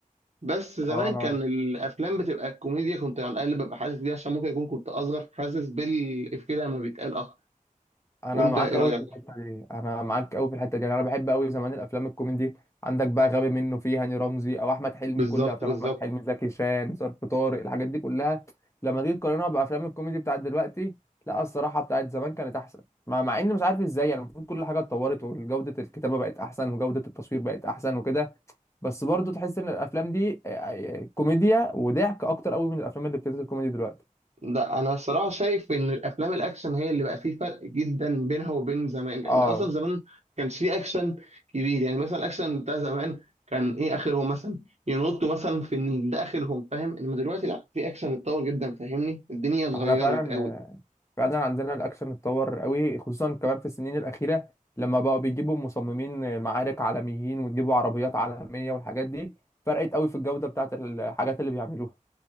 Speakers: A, on the right; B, on the left.
A: بس زمان
B: اه انا
A: كان الافلام بتبقى الكوميديا كنت على الاقل ببقى حاسس بيها عشان ممكن يكون كنت اصغر فحاسس بالافيه لما بيتقال اكتر
B: انا
A: وانت
B: معاك
A: ايه
B: قوي
A: رايك
B: في الحته دي انا معاك قوي في الحته دي يعني انا بحب قوي زمان الافلام الكوميدي عندك بقى غبي منه فيه هاني رمزي او احمد حلمي
A: بالظبط
B: كل افلام
A: بالظبط
B: احمد حلمي زكي شان ظرف طارق الحاجات دي كلها لما تيجي تقارنها بافلام الكوميدي بتاعت دلوقتي لا الصراحه بتاعت زمان كانت احسن مع مع اني مش عارف ازاي يعني المفروض كل حاجه اتطورت وجوده الكتابه بقت احسن وجوده التصوير بقت احسن وكده بس برضه تحس ان الافلام دي آه، آه، كوميديا وضحك اكتر قوي من الافلام اللي بتنزل كوميدي دلوقتي
A: لا انا الصراحه شايف ان الافلام الاكشن هي اللي بقى فيه فرق جدا بينها وبين زمان لان
B: اه
A: اصلا زمان ما كانش فيه اكشن كبير يعني مثلا الاكشن بتاع زمان كان ايه اخرهم مثلا ينطوا مثلا في النيل ده اخرهم فاهم انما دلوقتي لا في اكشن اتطور جدا فاهمني الدنيا اتغيرت
B: احنا فعلا
A: قوي
B: فعلا عندنا الاكشن اتطور قوي خصوصا كمان في السنين الاخيره لما بقوا بيجيبوا مصممين معارك عالميين ويجيبوا عربيات عالميه والحاجات دي فرقت قوي في الجوده بتاعت الحاجات اللي بيعملوها